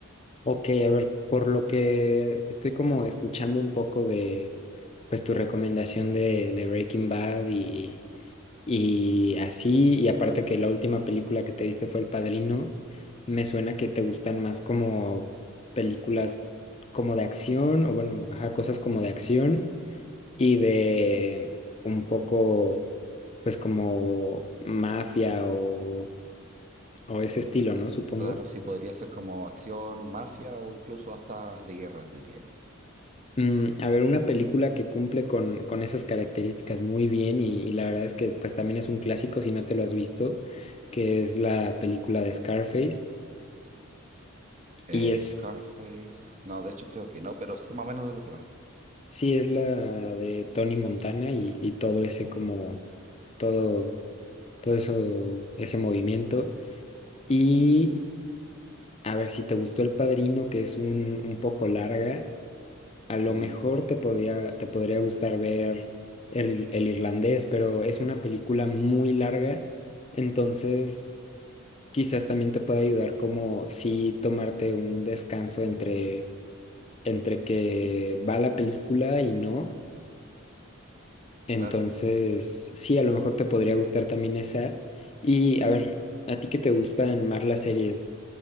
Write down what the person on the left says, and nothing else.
Ok, a ver, por lo que estoy como escuchando un poco de, pues tu recomendación de, de Breaking Bad y, y así, y aparte que la última película que te viste fue El Padrino, me suena que te gustan más como películas como de acción, o bueno, ajá, cosas como de acción y de un poco, pues como mafia o, o ese estilo, ¿no? Supongo.
Mm, a ver, una película que cumple con, con esas características muy bien y, y la verdad es que pues también es un clásico si no te lo has visto, que es la película de Scarface
y es,
sí, es la de Tony Montana y, y todo ese como, todo, todo eso, ese movimiento. Y a ver si te gustó El Padrino, que es un, un poco larga, A lo
mejor te podía, te podría gustar ver el, el irlandés, pero es una película muy larga, entonces quizás también te pueda ayudar como si tomarte un descanso entre, entre que va la película y no. Entonces,
sí, a lo mejor te podría gustar también esa. Y a ver, ¿a ti que te gustan más las series?